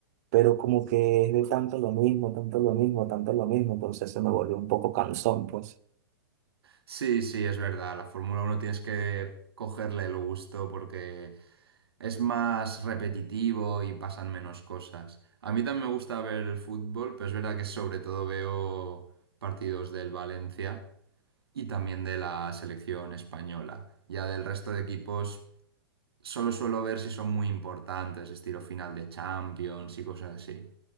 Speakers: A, on the right; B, on the right.
A: pero como que es de tanto lo mismo, tanto lo mismo, tanto lo mismo, entonces se me volvió un poco cansón, pues.
B: Sí, sí, es verdad. La Fórmula Uno tienes que cogerle el gusto porque es más repetitivo y pasan menos cosas. A mí también me gusta ver el fútbol, pero es verdad que sobre todo veo partidos del Valencia y también de la selección española. Ya del resto de equipos solo suelo ver si son muy importantes, estilo final de Champions y cosas así.